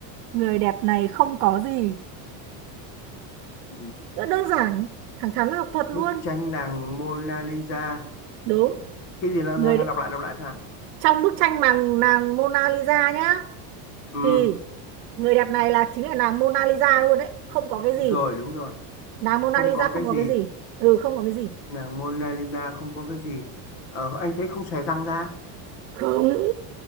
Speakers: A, on the right (about 75°); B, on the left (about 70°).
A: người đẹp này không có gì
B: Ừ.
A: rất đơn giản thẳng thắn học thuật luôn
B: Bức tranh nàng Mona Lisa.
A: đúng
B: Cái gì nó,
A: người
B: nó, nó
A: đ-
B: đọc lại, đọc lại xem nào.
A: trong bức tranh bằng nàng Mona Lisa nhá
B: Ừ,
A: thì người đẹp này là chính là nàng Mona Lisa luôn đấy không có cái
B: rồi,
A: gì
B: đúng rồi.
A: nàng Mona
B: Không
A: Lisa
B: có cái
A: không
B: gì.
A: có cái gì ừ không có cái gì
B: Nàng Mona Lisa không có cái gì. Ờ, anh thấy không xòe răng ra.
A: không